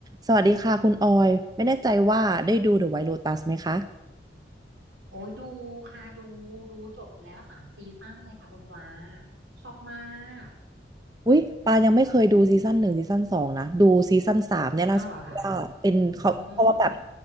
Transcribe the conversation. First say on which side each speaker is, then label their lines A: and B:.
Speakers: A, on the right; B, on the right.
A: สวัสดีค่ะคุณออยไม่แน่ใจว่าได้ดู The White Lotus ไหมคะ
B: โอ้ยดูค่ะดูดูจบแล้วสามซีซั่นเลยค่ะคุณปลาชอบมาก
A: อุ๊ยปายังไม่เคยดูซีซั่นหนึ่งซีซั่นสองนะดูซีซั่นสามเนี่ยล่าสุดว่าเป็นเขาเพราะว่าแบบ
B: อ้าวเหรอคะอืม